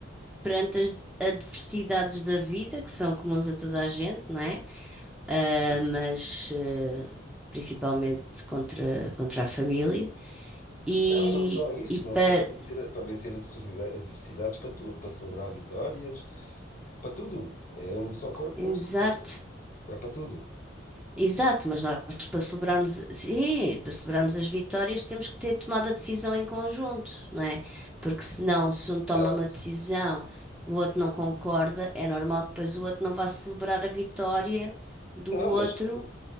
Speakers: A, in the centre; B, on the left.
A: perante as adversidades da vida, que são comuns a toda a gente, não é? Ah,
B: Hum.
A: mas eh, principalmente contra, contra a família. E,
B: Não, não só isso,
A: e para.
B: não só para vencer, a- para vencer adversidade- adversidades, para tudo, para celebrar vitórias, para tudo. É um só corpo,
A: Exato,
B: é um só corpo. É para tudo.
A: Exato, mas nós para celebrarmos, sim, para celebrarmos as vitórias temos que ter tomado a decisão em conjunto, não é? Porque senão, se um
B: Exato.
A: toma uma decisão, o outro não concorda, é normal que depois o outro não vá celebrar a vitória do
B: Não,
A: outro.
B: mas o,